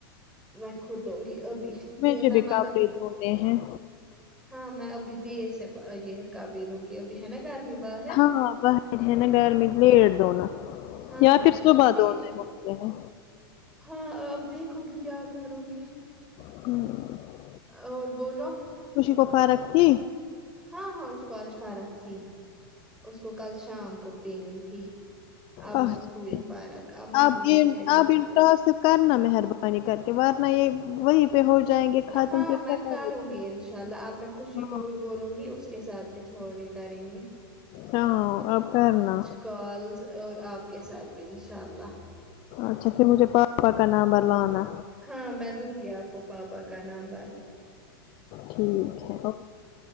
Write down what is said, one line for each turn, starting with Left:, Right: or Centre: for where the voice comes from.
Centre: میں خود دوں گی ابھی دے
Left: مجھے
Centre: میں
Left: بھی
Centre: مگر
Left: کپڑے دھونے ہیں
Centre: ہاں میں ابھی دیر سے یہ کابی دوں گی ابھی ہے نا گھرمی باہر
Left: ہاں باہر ہے نا گرمی لیٹ دونوں
Centre: ہاں
Left: یا
Centre: ہاں
Left: پھر
Centre: میں
Left: صبح
Centre: اب لیٹ
Left: دونوں
Centre: ہی
Left: ہوتے ہیں
Centre: ہاں آپ دیکھو گی کیا کروں گی
Left: ہوں
Centre: اور بولو
Left: خوشی کو فارق تھی
Centre: ہاں ہاں اس کو آج فارق تھی اس کو کل شام کو پین تھی اب
Left: اچھا
Centre: اس کو
Left: ٹھیک۔
Centre: ہوئی فرق اب ماما
Left: آپ
Centre: ہی
Left: ان
Centre: بچاری
Left: آپ
Centre: بیمار
Left: ان
Centre: ہے
Left: ٹاسک کرنا مہربانی کر کے وارنہ یے وہی پے ہو جائیں گے ختم
Centre: ہاں
Left: پھر کیا
Centre: میں
Left: کرو
Centre: کروں
Left: گے
Centre: گی انشاء اللہ اب میں خوشی
Left: ہاں
Centre: کو بھی بولوں گی اس کے ساتھ بھی تھوڑی کریں گے
Left: ہاں اب کرنا
Centre: کالس اور آپ کے ساتھ بھی انشاء اللہ
Left: اچھا پھر مجھے پاپا کا نامبر لانا
Centre: ہاں میں دوں گی آپ کو پاپا کا نامبر
Left: ٹھیک ہے او